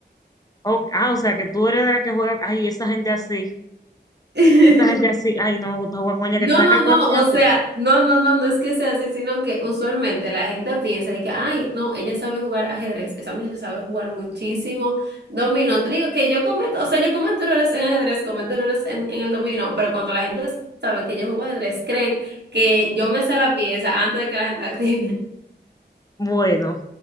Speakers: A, on the left; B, on the right.
A: O- ah, o sea, que tú eres de la que juega, ay, esa gente así,
B: <laughs>
A: esa gente así, ay, no me gusta jugar con ella,
B: No,
A: que está
B: no,
A: calculando
B: no,
A: la
B: o sea,
A: ficha.
B: no, no, no, no es que sea así, sino que usualmente la gente piensa de que, ay, no, ella sabe jugar ajedrez, esa muchacha sabe jugar muchísimo dominó. Te digo que yo cometo, o sea, yo cometo errores en ajedrez, cometo errores en, en el dominó, pero cuando la gente sabe que yo juego ajedrez, creen que yo me sé la pieza antes de que la gente la tire.
A: Bueno,